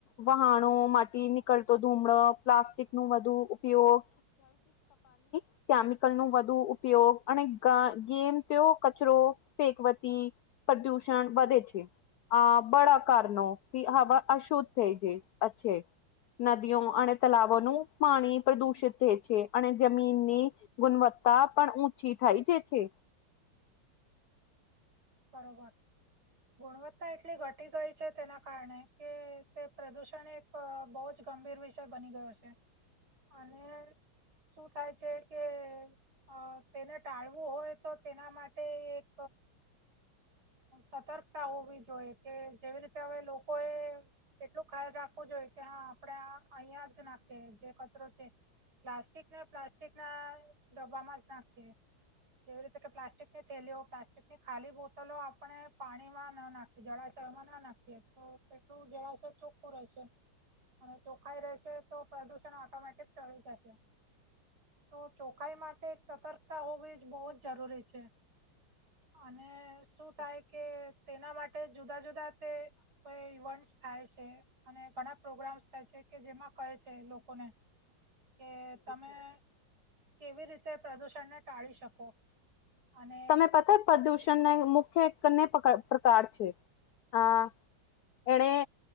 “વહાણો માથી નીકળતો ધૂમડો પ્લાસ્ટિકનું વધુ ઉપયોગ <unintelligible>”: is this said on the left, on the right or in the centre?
Left